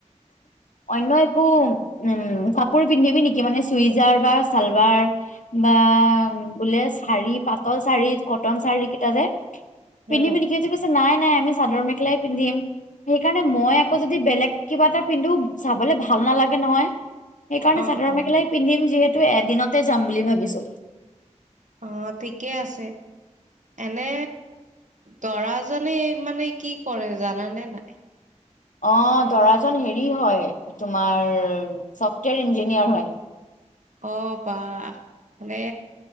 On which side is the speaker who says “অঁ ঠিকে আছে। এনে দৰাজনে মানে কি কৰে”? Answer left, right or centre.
Right